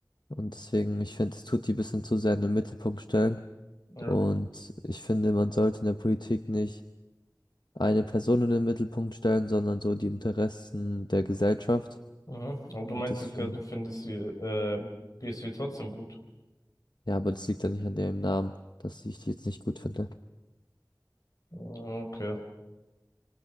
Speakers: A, on the left; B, on the left.
A: und deswegen ich finde es tut die bisschen zu sehr in den Mittelpunkt stellen
B: Ja.
A: und ich finde man sollte in der Politik nicht eine Person in den Mittelpunkt stellen, sondern so die Interessen der Gesellschaft.
B: Mhm. Aber du meintest
A: Und das finde,
B: ja, du findest sie, äh, BSW trotzdem gut.
A: ja, aber das liegt ja nicht an dem Namen, dass ich die jetzt nicht gut finde.
B: Mhm, Okay.